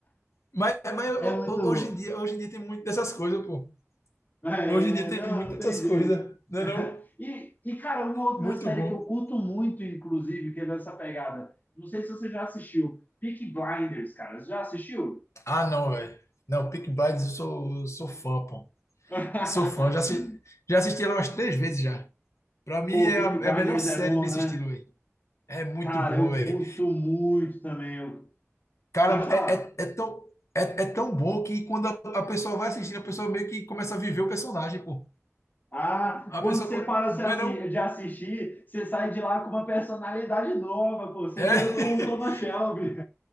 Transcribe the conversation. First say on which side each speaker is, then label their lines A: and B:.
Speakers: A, on the left; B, on the left.
A: Mas, mas ho-
B: É muito
A: ho-
B: bom.
A: hoje em dia, hoje em dia tem muito dessas coisas, pô.
B: É,
A: Hoje em dia tem
B: não,
A: muito
B: não
A: dessas
B: tem jeito.
A: coisas, né
B: <laughs>
A: não?
B: E, e, cara, uma outra
A: Muito
B: série
A: bom.
B: que eu curto muito, inclusive, que é dessa pegada. Não sei se você já assistiu. Peaky Blinders, cara. Você já assistiu?
A: Ah, não, velho. Não, Peaky Blinders, eu sou, eu sou fã, pô.
B: <laughs>
A: Sou fã. Já, assi- já assisti ela umas três vezes já. Pra mim
B: Pô,
A: é
B: Peaky
A: a,
B: Blinders
A: é a melhor série
B: é bom,
A: nesse
B: né?
A: estilo, velho. É muito
B: Cara,
A: bom,
B: eu
A: velho.
B: curto muito também. Eu...
A: Cara,
B: Pode falar.
A: é, é, é tão, é, é tão bom que quando a, a pessoa vai assistindo, a pessoa meio que começa a viver o personagem, pô.
B: Ah, quando
A: A pessoa.
B: você
A: co-
B: para se
A: Não
B: assi-
A: é não?
B: de assistir, você sai de lá com uma personalidade nova, pô. Você
A: É.
B: vira o, o Thomas
A: <laughs>
B: Shelby.